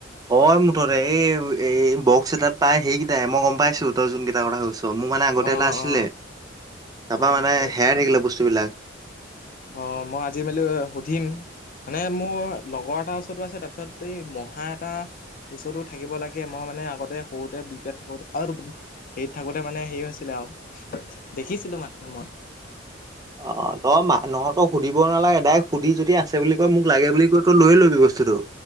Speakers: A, on the right; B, on the left.
A: হয় মুঠতে এই -এই বক্স এটাত পাই সেইকেইটাই মই গম পাইছো তই যোন কেইটা কথা কৈছ। ত' মোৰ মানে আগতে
B: অ
A: এটা আছিলে।
B: অ
A: তাৰপা
B: অ'
A: মানে
B: আচ্ছা -আচ্ছা
A: হেৰাই থাকিলে বস্তুবিলাক
B: অ 'মই আজি মেলি সুধিম। মানে মোৰ লগৰ এটাৰ ওচৰতো আছে। তাৰপিছত এই মহা এটা। বচুটো থাকিব লাগে মই মানে আগতে সৰুতে বিহপুৰীয়াত থাকোঁ তে হেৰিত থাকোতে মানে হেৰি হৈছিলে আৰু দেখিছিলো মানে মই।
A: অ' তই মা নহতো সুধিব নালাগে ডাইৰেক্ট সুধি যদি। যদি আছে বুলি কয় মোক লাগে বুলি কয় তই লৈ ল'বি বস্তুতটো।